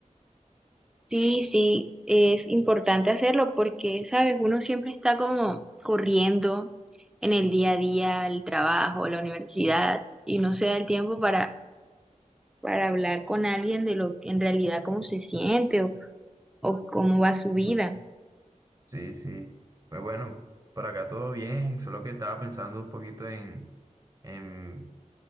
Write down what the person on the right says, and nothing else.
Sí, sí. Pues bueno, por acá todo bien, solo que estaba pensando un poquito en, en,